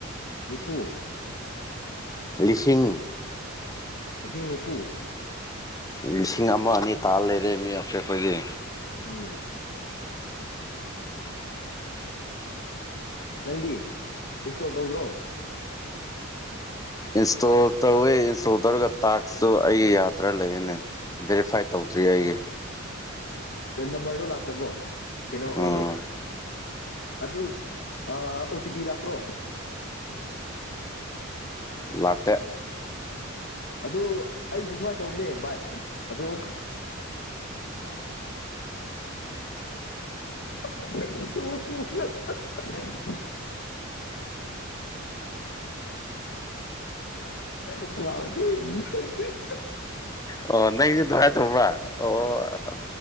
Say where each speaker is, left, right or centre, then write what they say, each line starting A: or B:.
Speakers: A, on the left; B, on the left.
A: ꯅꯤꯐꯨ
B: ꯂꯤꯁꯤꯡ
A: ꯂꯤꯁꯤꯡ ꯅꯤꯐꯨ
B: ꯂꯤꯁꯤꯡ ꯑꯃ ꯑꯅꯤ ꯇꯥꯜ ꯂꯩꯔꯦ ꯃꯤ ꯑꯐ꯭ꯔꯦꯠ ꯈꯣꯏꯗꯤ
A: ꯎꯝ ꯅꯪꯗꯤ ꯏꯟꯁꯇꯣꯜ ꯇꯧꯗ꯭ꯔꯣ
B: ꯏꯟꯁꯇꯣꯜ ꯇꯧꯋꯦ ꯏꯟꯁꯇꯣꯜ ꯇꯧꯔꯒ ꯇꯥꯛꯁꯇꯨ ꯑꯩꯒꯤ ꯌꯥꯗ꯭ꯔꯥ ꯂꯩꯔꯅꯤ ꯚꯦꯔꯤꯐꯥꯏ ꯇꯧꯗ꯭ꯔꯤ ꯑꯩꯒꯤ
A: ꯀꯩ ꯅꯝꯕꯔꯗꯣ ꯂꯥꯛꯇꯕ꯭ꯔꯣ ꯀꯩꯅꯣ
B: ꯎꯝ
A: ꯑꯗꯣ ꯑꯗꯨ ꯑꯥ ꯑꯣ ꯇꯤ ꯄꯤ ꯂꯥꯛꯇ꯭ꯔꯣ
B: ꯂꯥꯛꯇꯦ
A: ꯑꯗꯨ ꯑꯩꯁꯨ ꯁꯨꯃꯥꯏꯅ ꯇꯧꯕꯅꯦ ꯚꯥꯏ ꯑꯗꯨ <unintelligible> <unintelligible> <unintelligible>
B: ꯑꯣ ꯅꯪꯁꯨ ꯗꯥꯏ ꯇꯧꯕ꯭ꯔꯥ ꯑꯣ ꯑꯣ